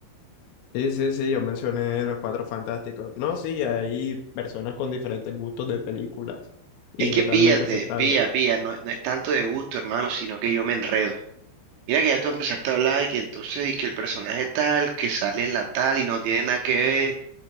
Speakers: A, on the left; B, on the right.
A: Sí, sí, sí, yo mencioné los Cuatro Fantásticos. No, sí, hay personas con diferentes gustos de películas y
B: Es que
A: totalmente
B: píllate,
A: aceptable.
B: pilla, pilla, no, no es tanto de gusto, hermano, sino que yo me enredo. Mira que ya tú empezaste a hablar y que entonces y que el personaje tal, que sale en la tal y no tiene nada que ver.